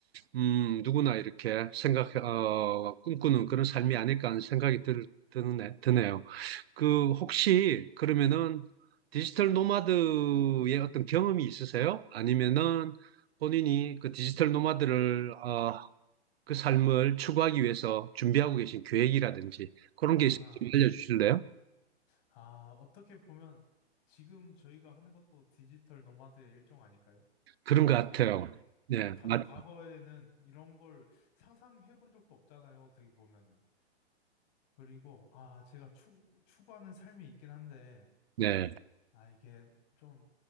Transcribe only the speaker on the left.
아하.
아, 어떻게 보면 지금 저희가 하는 것도 디지털 노마드의 일종 아닐까요?
어떻게
보면.
네, 가,
과거에는 이런 걸 상상해 본 적도 없잖아요. 어떻게 보면은. 그리고, 아, 제가 추, 추구하는 삶이 있긴 한데,
아, 이게 좀